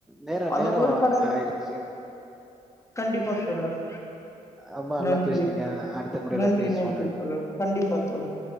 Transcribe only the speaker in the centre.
நேர
நேர
ஆயிடுச்சு ம்
ரொம்ப நல்லா
பேசுனீங்க அடுத்த முறையில
பேசுவோ